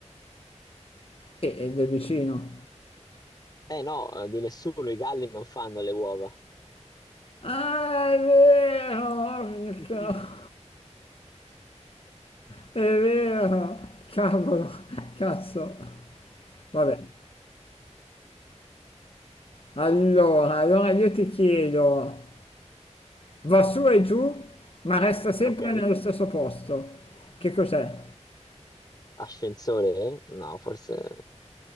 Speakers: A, on the left; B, on the left.
A: E, e del vicino.
B: Eh no, eh, di nessuno, i galli non fanno le uova.
A: Ah, è vero, porca-
B: <laughs>
A: è vero, cavolo, cazzo. Vabbè, allora, allora io ti chiedo... Va su e giù, ma resta sempre
B: Ok,
A: nello stesso posto. Che cos'è?
B: ascensore? No, forse è